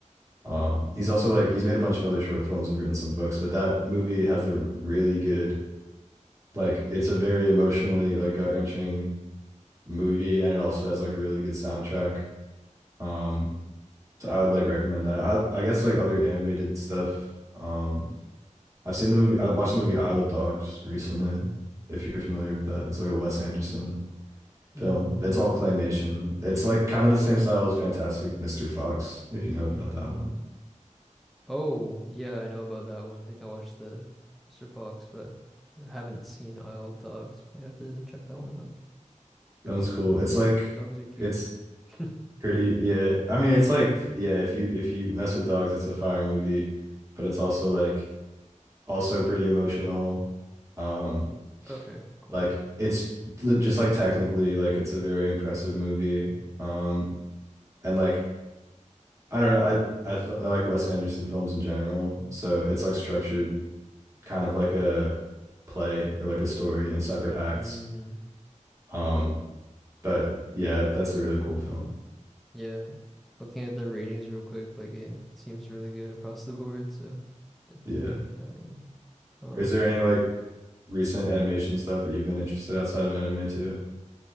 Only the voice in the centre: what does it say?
mm,
oh yeah, I know about that one. I think I watched the Mr. Fox, but I haven't seen Isle of Dogs. Might have to check that one out because
hey,
yeah, dogs are cute.
<laughs>
Okay, cool.
Mm,
yeah. Looking at the ratings real quick, like it seems really good across the board, so definitely
might peep that one. Um,